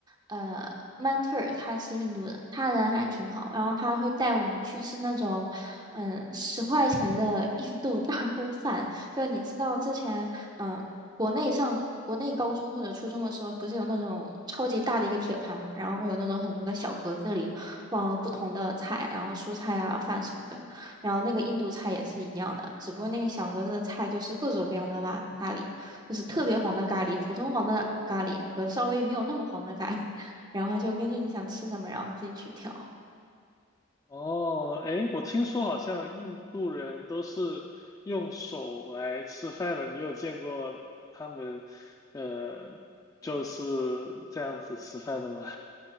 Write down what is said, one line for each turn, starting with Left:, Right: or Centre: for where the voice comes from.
Right: 呃 mentor 他是印度人，他人还挺好，然后他会带我们去吃那种嗯十块钱的 <laughs> 印度大锅饭，就你知道之前嗯国内上国内高中或者初中的时候，不是有那种超级大的一个铁盘嘛，然后会有那种很多的小格子里放了不同的菜，然后蔬菜啊饭什么的。然后那个印度菜也是一样的，只不过那个小格子的菜就是各种各样的咖咖喱，就是特别黄的咖喱、普通黄的咖喱和稍微没有那么黄的咖喱，<laughs> 然后就根据你想吃什么，然后你自己去挑。
Left: 哦，哎，我听说好像印度人都是用手来吃饭的，你有见过他们，呃，就是这样子吃饭的吗？